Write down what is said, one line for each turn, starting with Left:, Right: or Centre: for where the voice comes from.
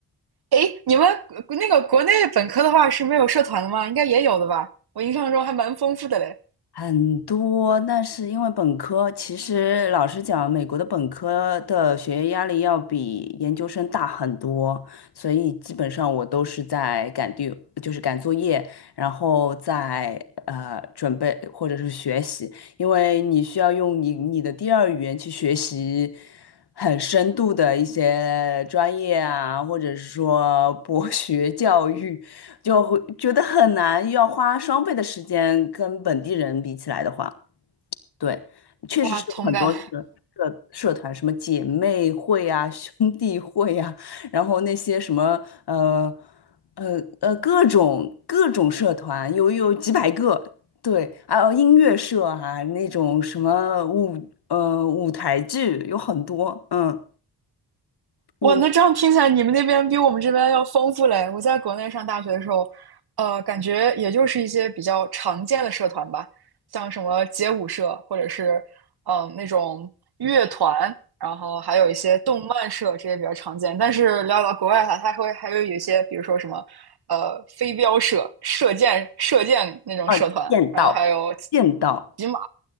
Right: 诶，你们呃那个国内本科的话是没有社团的吗？应该也有的吧？我印象中还蛮丰富的嘞。
Left: 很多，但是因为本科，其实老实讲，美国的本科的学业压力要比研究生大很多，所以基本上我都是在赶 d 就是赶作业，然后在呃准备或者是学习，因为你需要用你你的第二语言去学习很深度的一些专业啊，或者是说博学教育。就会觉得很难，要花双倍的时间跟本地人比起来的话，对，确实是有很多社社社团，
Right: 哇，同感。
Left: 什么姐妹会啊、兄弟会啊，然后那些什么呃呃呃各种各种社团，有有几百个，对，还有音乐社啊，那种什么舞呃舞台剧有很多，嗯，你呢
Right: 哇，那这样听起来，你们那边比我们这边要丰富嘞。我在国内上大学的时候，呃，感觉也就是一些比较常见的社团吧，像什么街舞社，或者是嗯、呃那种乐团，然后还有一些动漫社，这些比较常见。但是聊到国外的话，它会还会有一些，比如说什么呃飞镖社、射箭、射箭那种社团，
Left: 呃见到见到，
Right: 然后还有骑马，